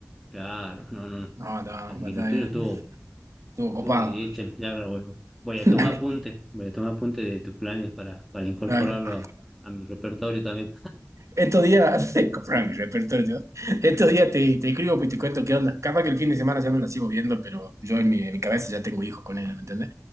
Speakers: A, in the centre; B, on the right (about 75°).
A: claro, no, no, no.
B: No, no,
A: Así
B: batalla.
A: que lo tuyo estuvo,
B: Estuvo copado.
A: estuvo de hecho. Ya ahora vuelvo. Voy
B: <laughs>
A: a tomar apuntes, voy a tomar apuntes de tus planes para, para incorporarlo
B: Dale, dale.
A: a, a mi repertorio también.
B: Estos días, <laughs> compraron mi repertorio. Estos días te, te escribo pues, y te cuento qué onda. Capaz que el fin de semana ya no la sigo viendo, pero yo en mi, en mi cabeza ya tengo hijos con ella, ¿me entendés?